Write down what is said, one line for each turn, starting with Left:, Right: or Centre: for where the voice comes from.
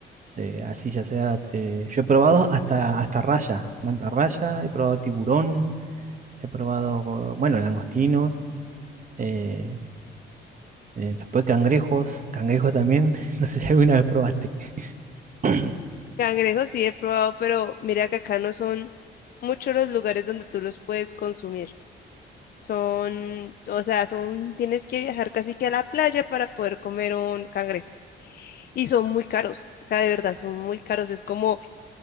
Right: Eh, así ya sea, eh, yo he probado hasta, hasta raya, manta raya, he probado tiburón, he probado, bueno, langostinos, eh, eh, después cangrejos, cangrejos también, <laughs> no sé si alguna vez probaste. <clears throat>
Left: Cangrejos sí he probado, pero mira que acá no son muchos los lugares donde tú los puedes consumir. Son, o sea, son, tienes que viajar casi que a la playa para poder comer un cangrejo. Y son muy caros, o sea, de verdad, son muy caros. Es como